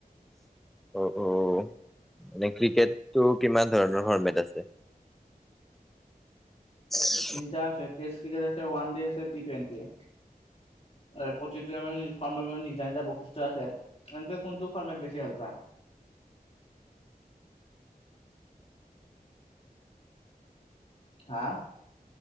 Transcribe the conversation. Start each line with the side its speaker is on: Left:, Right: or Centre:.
Centre: অ অ মানে ক্ৰিকেটটো কিমান ধৰণৰ ফৰ্মেট আছে? <inaudible>
Left: তিনিটা আছে। ষ্টেছটিগাৰে আছে ওৱান ডে আছে টি টুৱেন্টি। এ প্ৰতিটো তামানে নি ফৰ্মৰ বাবে নিজা নিজা বৈশিষ্ট্য আছে। এনতে কোনটো ফৰ্মেত বেছি ভাল পা। হা?